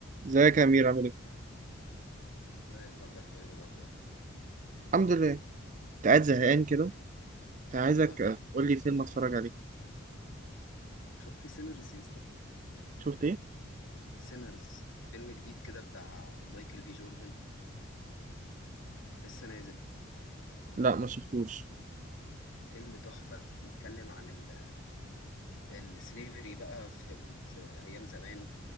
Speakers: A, on the right; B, on the left.
A: ازيك يا امير عامل ايه
B: ازيك يا عبد الرحمن ايه الاخبار
A: الحمد لله كنت قاعد زهقان كده كنت عايزك
B: تمام
A: تقول لي فيلم اتفرج عليه
B: شفت سينرز يا اسطى
A: شفت ايه
B: سينرز فيلم جديد كده بتاع مايكل بي جوردن لسه نازل
A: لا ما شفتوش
B: فيلم تحفة بيتكلم عن ال- السليفري بقى في ال... في ايام زمان